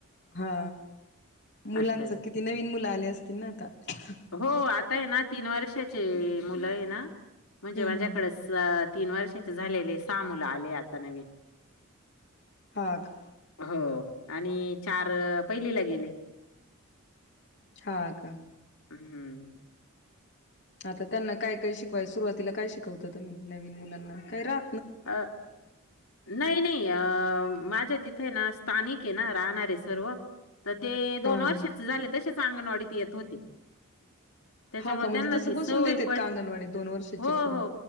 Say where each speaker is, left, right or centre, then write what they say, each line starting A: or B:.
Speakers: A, on the left; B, on the left.
A: हा मुलांच
B: अच्छा अच्छा
A: किती नवीन मुलं आले असतील ना आता. हम्म
B: हो आता आहे ना तीन वर्षाचे मुलं आहे ना म्हणजे माझ्याकडेच.
A: हम्म
B: तीन वर्षाचे झालेले सहा मुलं आले आता नवीन.
A: हा का
B: हो! आणि चार पहिलीला गेले.
A: हा का.
B: हम्म!
A: आता त्यांना काय काय शिकवाय सुरुवातीला काय शिकवता तुम्ही नवीन मुलांना काय राह.
B: अ नाही नाही अ माझ्या तिथ. ना स्थानिक आहे ना राहणारे सर्व तर ते दोन
A: हा
B: वर्षाच
A: हा
B: झाले तसेच अंगणवाडीत येत. तोते. त्याच्यामुळे
A: हा का म्हणजे
B: त्यांना
A: तसं
B: ती
A: बसून
B: सवय
A: देतेत
B: पट
A: का अंगणवाडीत दोन वर्षाच्या
B: हो
A: पुढं
B: हो